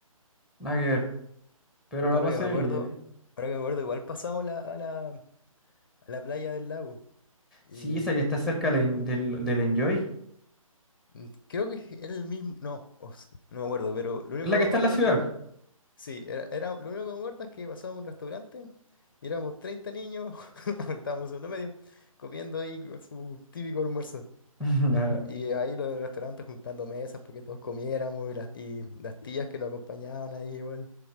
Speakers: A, in the centre; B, on the left.
A: nada que ver. Pero
B: Puta,
A: la
B: Ahora
A: pasé
B: que me acuerdo,
A: bien.
B: ahora que me acuerdo, igual pasamos la- a la, a la playa del lago. y
A: Sí, esa que está cerca del, del, del Enjoy.
B: Mm, Creo que es el mismo, no, o s- no me acuerdo, pero lo único
A: Es la
B: que
A: que
B: me
A: está
B: acuerdo
A: en la ciudad.
B: es que era, sí, era, era- lo único que me acuerdo es que pasábamos a un restaurante y éramos 30 niños, <laughs> porque estábamos en segundo medio, comiendo ahí con su típico almuerzo.
A: <laughs> Nah,
B: Y ahí los del restaurante juntando mesas porque todos comiéramos y las, y las tías que lo acompañaban ahí igual.